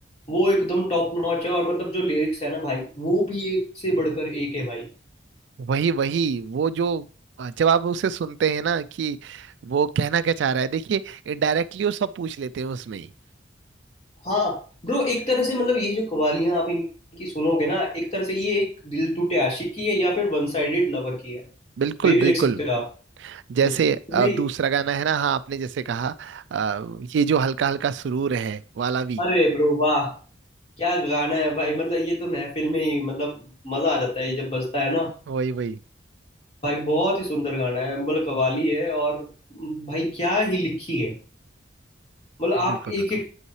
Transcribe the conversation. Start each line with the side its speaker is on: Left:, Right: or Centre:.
Left: वो एकदम टॉप नॉच है और मतलब जो लिरिक्स है ना भाई वो भी एक से बढ़कर एक है भाई
Right: वही वही वो जो अ, जब आप उसे सुनते हैं ना कि वो कहना क्या चाह रहा है देखिए इनडायरेक्टली वो सब पूछ लेते हैं उसमें ही
Left: हाँ ब्रो एक तरह से मतलब ये जो कवालियां आप इनकी सुनोगे ना एक तरह से ये एक दिल टूटे आशिक की है या फिर वन साइडेड लवर की है
Right: बिल्कुल
Left: वे भी
Right: बिल्कुल
Left: देख सकते हो आप
Right: जैसे
Left: इसमें। भाई
Right: अ, दूसरा गाना है ना हाँ आपने जैसे कहा अ, ये जो हल्का हल्का सुरूर है वाला भी
Left: अरे ब्रो वाह क्या गाना है भाई मतलब ये तो महफिल में ही मतलब मजा आ जाता है ये जब बजता है ना
Right: वही वही
Left: भाई बहुत ही सुंदर गाना है मतलब कव्वाली है और भाई क्या ही लिखी है मतलब आप
Right: बिल्कुल
Left: एक
Right: बिल्कुल
Left: एक